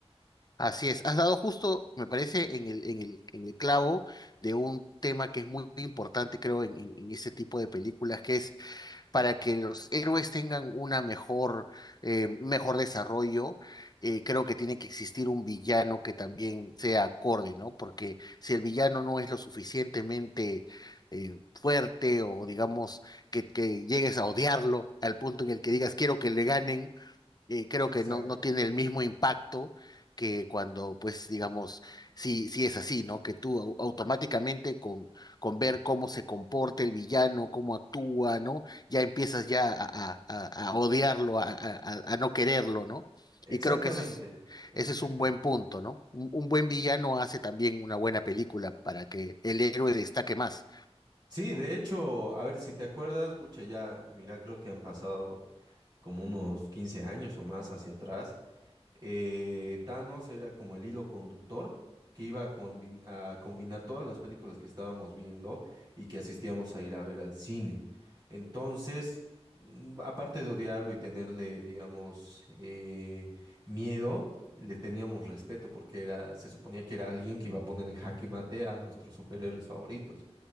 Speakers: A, on the left; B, on the right.
A: así es. Has dado justo, me parece, en el, en el, en el clavo de un tema que es muy importante, creo, en, en, en ese tipo de películas, que es para que los héroes tengan una mejor, eh, mejor desarrollo, eh, creo que tiene que existir un villano que también sea acorde, ¿no? Porque si el villano no es lo suficientemente eh, fuerte o digamos que, que llegues a odiarlo al punto en el que digas quiero que le ganen, eh, creo
B: Exacto.
A: que no, no tiene el mismo impacto que cuando, pues, digamos, si, si es así, ¿no? Que tú au- automáticamente con, con ver cómo se comporta el villano, cómo actúa, ¿no? Ya empiezas ya a, a- a- a odiarlo, a, a- a- a no quererlo, ¿no?
B: Exactamente,
A: Y creo que eso es,
B: exactamente.
A: ese es un buen punto, ¿no? Un, un buen villano hace también una buena película para que el héroe destaque más.
B: Sí, de hecho, a ver, si te acuerdas, pucha, ya, mira, creo que han pasado como unos 15 años o más hacia atrás. eh, Thanos era como el hilo conductor que iba a, combin- a combinar todas las películas que estábamos viendo y que asistíamos a ir a ver al cine. Entonces, mm, aparte de odiarlo y tenerle, digamos, eh, miedo, le teníamos respeto porque era- se suponía que era alguien que iba a poner en jaque mate a nuestros superhéroes favoritos.